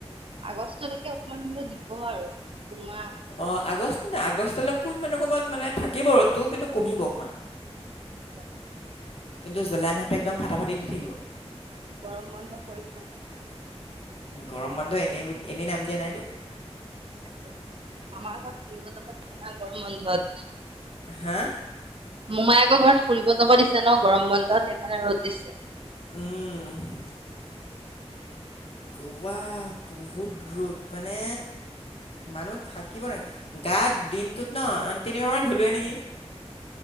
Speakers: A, on the right (about 55°); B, on the left (about 60°).
A: আগষ্টলৈকে অকমান সময় দিব আৰু। দুমাহ কন্টিনিউ।
B: অ', আগষ্ট নাই আগষ্টলৈ অকণমান অকণমান মানে থাকিব ৰ'দো কিন্তু কমিব অকণমান।
A: উ <unintelligible>
B: কিন্তু জুলাই মাহটো একদম ফাটাফাটি দি থাকিব।
A: গৰম বন্ধ পৰিছে যে।
B: গৰমবন্ধ এনে বুলি এনেই নাম দিয়া নাইতো।
A: তাকে মামাৰ ঘৰত ফুৰিব যাব দিছে না গৰম বন্ধত।
B: হা।
A: মোমায়েকৰ ঘৰত ফুৰিব যাব দিছে ন গৰম বন্ধত সেইকাৰণে ৰ'দ দিছে।
B: উম গোৱা বহুত ৰ'দ। মানে মানুহ থাকিব নেকি গাত দিনটোত ন তিনি বাৰ মান ধুলোৱে নেকি।